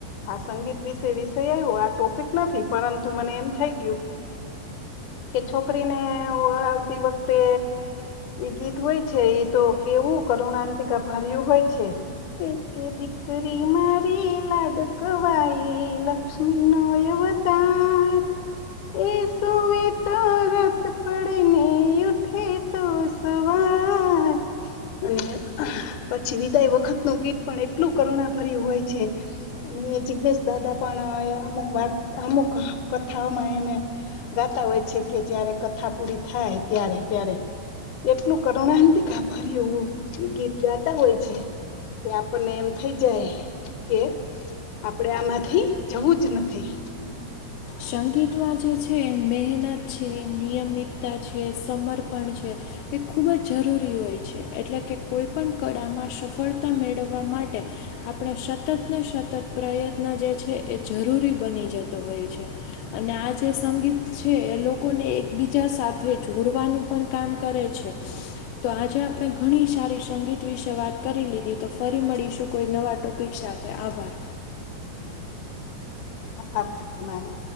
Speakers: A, on the left; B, on the left.
A: આ સંગીત વિશે વિષય આવ્યો આ ટોપિક નથી પરંતુ મને એમ થઈ ગયું કે છોકરીને વળાવતી વખતે એ ગીત હોય છે એ તો કેવું કરુણાંતિકા ભર્યું હોય છે. એક દીકરી મારી લાડકવાય લક્ષ્મી નો એ તાર એ સુ તો રત પડેને ઉઠે તો સ વાર અને પછી વિદાય વખતનું ગીત પણ એટલું કરુણા ભર્યું હોય છે. અને જિગ્નેેશ દાદા પણ અમુક વાર્ અમુક કથાઓમાં એને ગાતા હોય છે કે જય્યારે કથા પૂરી થાય ત્યારે ત્યારે. એટલું કરુણાંતિકા ભર્યું એ ગીત ગાતા હોય છે. કે આપણને એમ થઈ જાય કે આપડે આમાંથી જવું જ નથી.
B: સંગીતમાં જે છે મહેનત છે, નિયમિતતા છે, સમર્પણ છે. એ ખૂબ જ જરૂરી હોય છે, એટલે કે કોઈ પણ કળામાં સફળતા મેળવવા માટે આપણે સતત ને સતત પ્રયત્ન જે છે એ જરૂરી બની જતો હોય છે. અને આ જે સંગીત છે એ લોકોને એકબીજા સાથે જોડવાનું પણ કામ કરે છે. તો આજે આપણે ઘણી સારી સંગીત વિશે વાત કરી લીધી, તો ફરી મળીશું કોઈ નવા ટોપિક સા આભાર.
A: હમ્મ. આભાર તમારો.